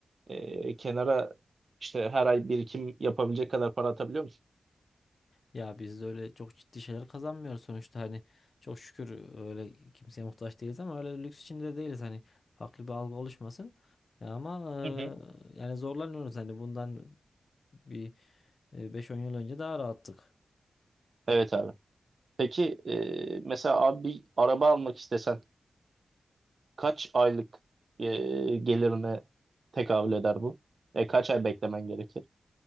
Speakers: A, on the right; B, on the left.
A: e, kenara işte her ay birikim yapabilecek kadar para atabiliyor musun?
B: Ya biz de öyle çok ciddi şeyler kazanmıyoruz sonuçta hani çok şükür öyle kimseye muhtaç değiliz ama öyle lüks içinde de değiliz hani farklı bir algı oluşmasın. Ya ama
A: Hı hı.
B: e, yani zorlanıyoruz hani bundan bir e, 5-10 yıl önce daha rahattık.
A: Evet abi. Peki e, mesela abi bir araba almak istesen kaç aylık e, gelirine tekabül eder bu? E, kaç ay beklemen gerekir